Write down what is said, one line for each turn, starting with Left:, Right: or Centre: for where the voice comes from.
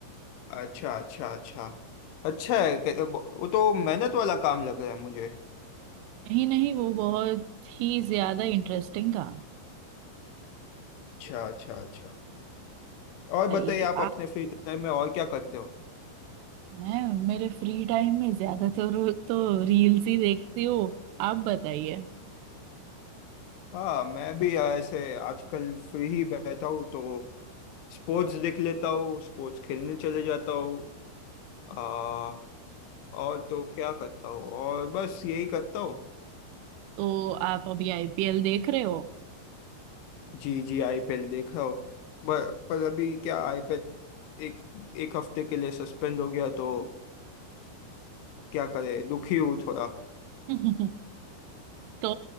Left: अच्छा अच्छा अच्छा अच्छा है कि- वो तो मेहनत वाला काम लग रहा है मुझे
Right: नहीं नहीं वो बहुत ही ज्यादा इंटरेस्टिंग काम है
Left: अच्छा अच्छा अच्छा और
Right: बताइए
Left: बताइए आप अपने फ्री टाइम में और क्या करते हो
Right: मैं मेरे फ्री टाइम में ज्यादातर तो रील्स ही देखती हूँ आप बताइए
Left: हाँ मैं भी ऐसे आजकल फ्री ही बैठा हूँ तो स्पोर्ट्स देख लेता हूँ स्पोर्ट्स खेलने चले जाता हूँ आ, और तो क्या करता हूँ और बस यही करता हूँ
Right: तो आप अभी आईपीएल देख रहे हो
Left: जी जी आईपीएल देख रहा हूँ पर, पर अभी क्या आईपीएल एक एक हफ्ते के लिए सस्पेंड हो गया तो क्या करे दुखी हूँ थोड़ा
Right: <laughs> तो